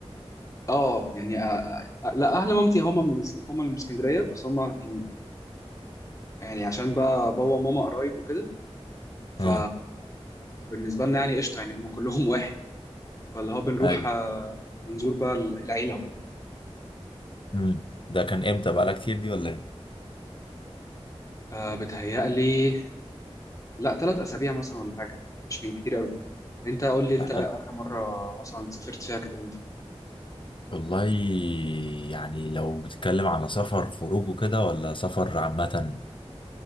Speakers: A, on the left; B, on the left.
A: آه يعني آه آه آه، لا اهل مامتي هم من الس- هم اللي من اسكندريه بس هم يعني يعني عشان بقى بابا وماما قرايب وكده ف-
B: أه
A: فبالنسبه لنا يعني قشطه يعني هم كلهم <laughs> واحد فاللي هو بنروح
B: أيوة
A: آه بنزور بقى العيله وكده
B: أمم. ده كان إمتى بقالها كتير دي ولا إيه؟
A: آه بتهيألي لا ثلاث اسابيع مثلا ولا حاجه مش من كتير قوي انت قول لي انت
B: ده
A: اخر
B: حلو
A: مره مثلا سافرت فيها كانت امتى
B: والله يعني لو بتتكلم على سفر خروج وكده ولا سفر عامة